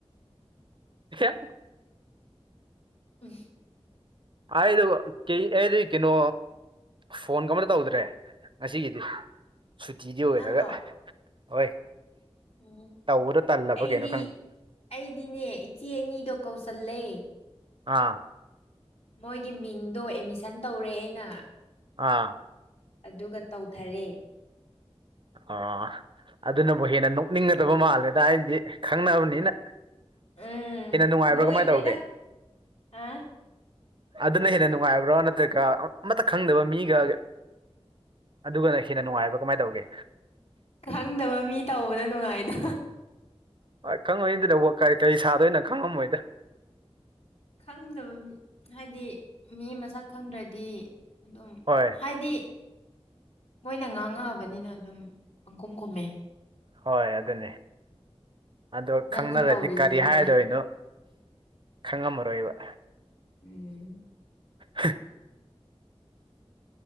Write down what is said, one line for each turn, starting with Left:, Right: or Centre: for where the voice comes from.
Right: ꯍ
Left: ꯎꯝ
Right: ꯍꯥꯏꯗ ꯀꯩ ꯀꯩꯅꯣ ꯐꯣꯟ ꯀ ꯑꯃꯇ ꯇꯧꯗ꯭ꯔꯦ ꯉꯁꯤꯒꯤꯗꯤ ꯁꯨꯇꯤꯗꯤ ꯑꯣꯏꯔꯒ
Left: ꯅꯪꯂꯣ
Right: ꯍꯣꯏ
Left: ꯎꯝ
Right: ꯇꯧꯕꯗꯣ ꯇꯜꯂꯕ
Left: ꯑꯩꯗꯤ
Right: ꯀꯩꯅꯣ ꯈꯪꯗꯦ
Left: ꯑꯩꯗꯤꯅꯦ ꯏꯆꯦ ꯑꯅꯤꯗꯣ ꯀꯧꯁꯜꯂꯦ
Right: ꯑꯥ
Left: ꯃꯣꯏꯒꯤ ꯃꯤꯡꯗꯣ ꯑꯦꯠꯃꯤꯁꯟ ꯇꯧꯔꯦ ꯑꯩꯅ
Right: ꯑꯥ
Left: ꯑꯗꯨꯒ ꯇꯧꯊꯔꯦ
Right: ꯑꯣ ꯑꯗꯨꯅꯕꯨ ꯍꯦꯟꯅ ꯅꯣꯛꯅꯤꯡꯒꯗꯕ ꯃꯥꯜꯂꯦꯗ ꯑꯩꯗꯤ ꯈꯪꯅꯕꯅꯤꯅ
Left: ꯎꯝ
Right: ꯍꯦꯟꯅ ꯅꯨꯡꯉꯥꯏꯕ꯭ꯔꯥ
Left: ꯅꯣꯏꯅꯦꯗ
Right: ꯀꯃꯥꯏꯅ ꯇꯧꯒꯦ
Left: ꯑ
Right: ꯑꯗꯨꯅ ꯍꯦꯟꯅ ꯅꯨꯡꯉꯥꯏꯕ꯭ꯔꯥ ꯅꯠꯇ꯭ꯔꯒ ꯑꯃꯠꯇ ꯈꯪꯗꯕ ꯃꯤꯒ ꯑꯗꯨꯒꯅ ꯍꯦꯟꯅꯅꯨꯡꯉꯥꯏꯕꯥ ꯀꯃꯥꯏꯅ ꯇꯧꯒꯦ
Left: ꯈꯪꯗꯕ ꯃꯤ ꯇꯧꯕꯅ ꯅꯨꯡꯉꯥꯏꯗꯣ
Right: ꯍꯣꯏ ꯈꯪꯉꯣꯏꯅꯤꯗꯤ ꯂꯧꯕ ꯀ ꯀꯔꯤ ꯁꯥꯗꯣꯏꯅꯣ ꯈꯪꯉꯝꯃꯣꯏꯗ
Left: ꯈꯪꯗꯕ ꯍꯥꯏꯗꯤ ꯃꯤ ꯃꯁꯛ ꯈꯪꯗ꯭ꯔꯗꯤ ꯑꯗꯨꯝ
Right: ꯍꯣꯏ
Left: ꯍꯥꯏꯗꯤ ꯃꯣꯏꯅ ꯉꯥꯡꯉꯛꯑꯕꯅꯤꯅ ꯑꯗꯨꯝ ꯄꯪꯈꯨꯝ ꯈꯨꯝꯃꯦ
Right: ꯍꯣꯏ ꯑꯗꯨꯅꯦ ꯑꯗꯣ
Left: ꯅꯪꯁꯨ
Right: ꯈꯪꯅꯔꯗꯤ
Left: ꯇꯧꯔꯤꯁꯤꯕꯣꯁꯦ
Right: ꯀꯔꯤ ꯍꯥꯏꯗꯣꯏꯅꯣ ꯈꯪꯉꯝꯃꯔꯣꯏꯕ
Left: ꯎꯝ
Right: ꯍ